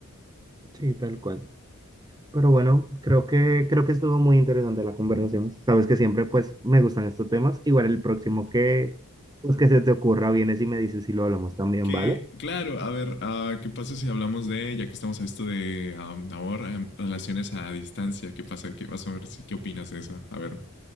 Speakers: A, on the right; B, on the left.
A: sí, tal cual. Pero bueno, creo que, creo que estuvo muy interesante la conversación. Sabes que siempre pues me gustan estos temas. Igual el próximo que, pues, que se te ocurra, vienes y me dices si lo hablamos también,
B: Que,
A: ¿vale?
B: claro, a ver, uh, ¿qué pasa si hablamos de, ya que estamos a esto de um, amor, um, relaciones a distancia? ¿Qué pasa? ¿Qué vas a ver? Si, ¿Qué opinas de eso? A ver,